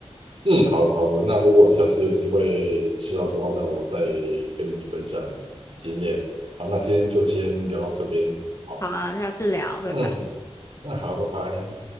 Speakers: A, on the right; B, on the left.
A: 嗯，好的好的，那如果下次有机会吃到的话，那我再跟你分享经验。好，那今天就先聊到这边。好，
B: 好啊，下次聊，拜拜。
A: 嗯，那好，拜拜。